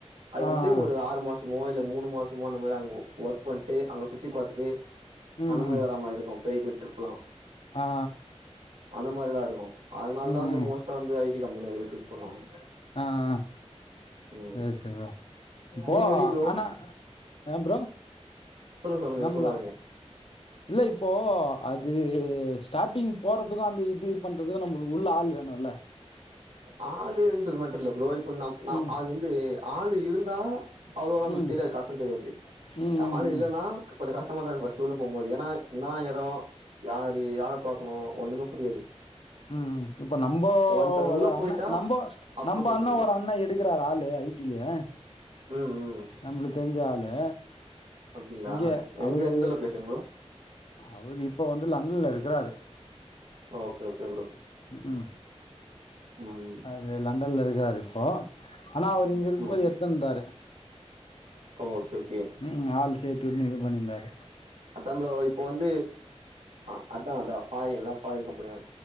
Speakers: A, on the right; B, on the left.
A: அது
B: ஆ ஆ
A: வந்து ஒரு ஆறு மாசமோ இல்ல மூணு மாசமோ அந்த மாரி அங்க ஒர்க் பண்ணிட்டு அங்க சுத்தி பாத்துட்டு
B: ம்
A: அந்த மாரி
B: ம்
A: வரா மாரி இருக்கு பெரிய பெரிய ட்ரிப்லா
B: ஆ ஆ
A: அந்த மாரில்லா இருக்கு அதுனால
B: ம்
A: தா வந்து
B: ம்
A: மோஸ்ட்டா வந்து ஐ டி கம்பனிய நெறைய பேர் சூஸ் பண்ணுவாங்க
B: ஆ ஆ
A: ம்
B: சேர் சர்ரா இப்போ
A: நீங்க எப்டி ப்ரோ
B: ஆனா அ ப்ரோ
A: சொல்லுங்க சொல்லுங்க எதோ
B: நம்பள
A: சொல்ல வர்ரீங்க
B: இல்ல இப்போ அது ஸ்டாட்டிங் போறதுக்கு அந்த இது பண்றது துக்கு நம்மளுக்கு உள்ள ஆள் வேணுல
A: ஆளுன்றது மேட்டர் இல்ல ப்ரோ இப்ப நம் ந
B: ம்
A: அது வந்து ஆளு இருந்தா அவ்ளவா நம்மளுக்கு
B: ம்
A: தெரியாது கஷ்டொ தெரியாது
B: ம் ம்
A: ஆளு
B: ம்
A: இல்லனா கொஞ்சோ கஷ்டமா தா இருக்கு ஃபர்ஸ்ட் உள்ள போம் போது ஏனா ன்னா எடோ யாரு யார பாக்கணு ஒண்ணுமே புரியாது
B: ம் இப்ப நம்போ
A: ஒன்ஸ் அது உள்ள
B: அத
A: போயிட்டா
B: அண்ண நம்போ
A: அப்றோ
B: நம்ப
A: பிரச்சன
B: அண்ணா
A: இல்ல
B: ஒரு அண்ணா எடுக்கறாரு ஆளு ஐ டி யிலே
A: ம் ம்
B: நம்பளுக்கு தெரிஞ்ச ஆளு
A: அப்டிங்களா
B: இங்க
A: எங்க
B: அவரு
A: எந்த லொகேஷன் ப்ரோ
B: அவரு இப்ப வந்து லண்டன்ல இருக்கிறாரு
A: ஓகே ஓகே ப்ரோ
B: ம்கும்
A: ம்
B: அது லண்டன்ல இருக்கிறாரு இப்போ ஆனா அவர் இங்க இருக்கும்
A: ம்
B: போது எடுத்துட்டு இருந்தாரு
A: ஓகே ஓகே
B: ம்கும் ஆள் சேத்து உடுனு இது பண்ணிருந்தாரு
A: அதா ப்ரோ இப்போ வந்து அ அதா அதா சாரி எல்லா ஃபாரின் கம்பனி தா